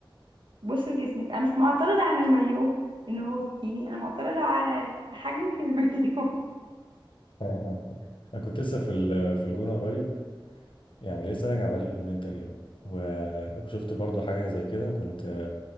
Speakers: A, on the right; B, on the left.
A: بص لجسمك انا مش معترضة على المايو ان هو بكيني انا معترضة على حجمك المايو <laughs>
B: أنا كنت لسه في ال- في الجونة قريب يعني لسه راجع بقالي يومين تقريبا و- وشفت برضه حاجة زي كده وكنت